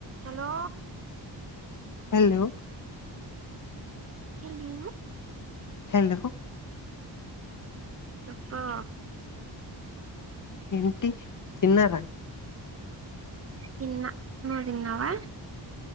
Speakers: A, on the right; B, on the left.
A: Hello
B: hello
A: hello
B: hello
A: చేప్పా
B: ఏంటి తిన్నారా
A: తిన్న నువ్వు తిన్నావా